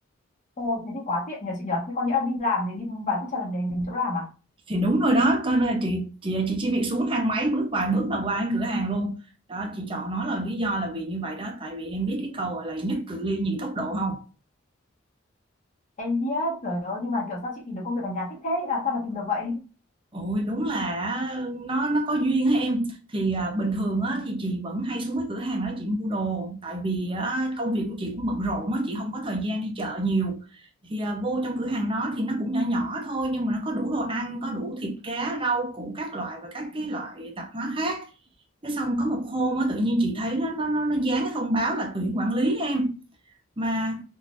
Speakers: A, on the left; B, on the right.
A: Ôi, thế thì quá tiện nhờ chị nhờ, thế có nghĩa là đi làm thì đi vài phút cho lần đến đến chỗ làm à?
B: Thì đúng rồi đó, coi nên là chị chị chị chỉ việc xuống thang máy bước vài bước là qua cái cửa hàng luôn. Đó, chị chọn nó là lý do là vì như vậy đó, tại vì em biết cái câu gọi là nhất cự ly nhì tốc độ không?
A: Em biết, trời ơi, nhưng mà kiểu sao chị tìm được công việc ở nhà thích thế, làm sao mà tìm được vậy?
B: Ôi đúng là á, nó nó có duyên á em thì à, bình thường á, thì chị vẫn hay xuống cái cửa hàng đó chị mua đồ tại vì á, công việc của chị cũng bận rộn á, chị không có thời gian đi chợ nhiều thì à, vô trong cửa hàng đó thì nó cũng nhỏ nhỏ thôi nhưng mà nó có đủ đồ ăn có đủ thịt cá rau củ các loại và các cái loại tạp hóa khác thế xong có một hôm á, tự nhiên chị thấy nó nó nó, nó dán cái thông báo là tuyển quản lý em mà